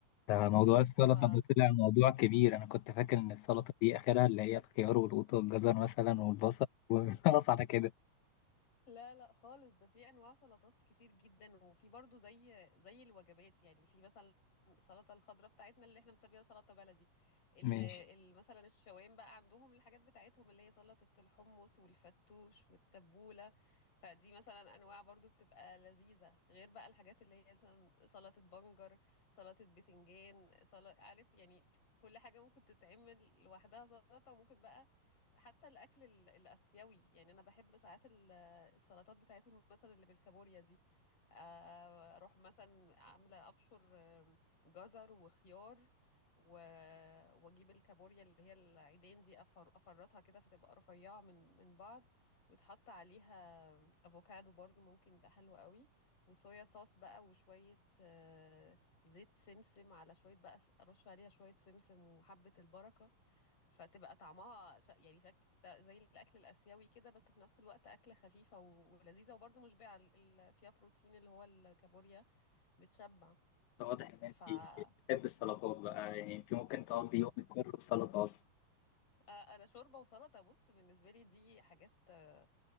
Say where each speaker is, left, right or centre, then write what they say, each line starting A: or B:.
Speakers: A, on the left (about 75°); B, on the left (about 45°).
A: ده موضوع
B: بس
A: السلطة
B: ف
A: ده طلع موضوع كبير أنا كنت فاكر إن السلطة دي آخرها اللي هي الخيار والقوط والجزر مثلا والبصل <laughs> وخلاص على كده
B: لا لا خالص ده في انواع سلطات كتير جدا وفي برضو زي زي الوجبات يعني في مثلا السلطه الخضراء بتاعتنا اللي احنا بنسميها سلطه بلدي ال
A: ماشي
B: ال- مثلا الشوام بقى عندهم الحاجات بتاعتهم اللي هي سلطه الحمص والفتوش والتبوله فدي مثلا انواع برضو بتبقى لذيذه غير بقى الحاجات اللي هي مثلا سلطه بنجر سلطه بتنجان سلطه عارف يعني كل حاجه ممكن تتعمل لوحدها سلطه وممكن بقى حتى الاكل ال- الاسيوي يعني انا بحب ساعات ال السلطات بتاعتهم مثلا اللي بالكابوريا دي آه، اروح مثلا عامله ابشر آم، جزر وخيار و... واجيب الكابوريا اللي هي العيدان دي أفر... افرطها كده فتبقى رفيعه من من بعض ويتحط عليها افوكادو برضو ممكن يبقى حلو قوي وصويا صوص بقى وشويه آه، زيت سمسم على شويه بقى ارش عليها شويه سمسم وحبه البركه فتبقى طعمها ش... يعني شك... تا- زي الاكل الاسيوي كده بس في نفس الوقت اكله خفيفه و... ولذيذه وبرضه مشبعه ال... ال- فيها بروتين اللي هو الكابوريا بتشبع
A: واضح إن
B: ف <laughs> اه
A: أنت بتحب السلطات بقى يعني أنت ممكن تقضي يومك كله بسلطة أصلا
B: آه، انا شوربه وسلطه بص بالنسبه لي دي حاجات آه،